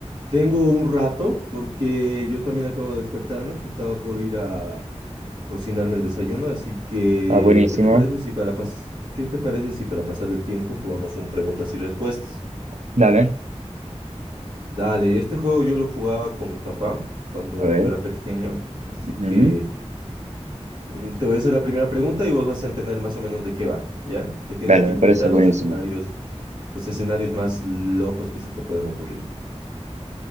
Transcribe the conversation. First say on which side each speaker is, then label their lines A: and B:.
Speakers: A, on the right (about 40°); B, on the right (about 80°).
A: tengo un rato porque yo también acabo de despertarme. Estaba por ir a cocinarme el desayuno. Así que,
B: Ah, buenísimo.
A: ¿qué te parece si para pas- ¿qué te parece si para pasar el tiempo jugamos un preguntas y respuestas?
B: Dale,
A: Dale, este juego yo lo jugaba con mi papá cuando
B: a ver.
A: yo era pequeño. Así
B: ujú.
A: que... Mm, Te voy a hacer la primera pregunta y vos vas a entender más o menos de qué va, ¿ya? Te tienes
B: Dale,
A: que
B: me
A: inventar
B: parece buenísimo.
A: los escenarios, los escenarios más locos que se te pueden ocurrir.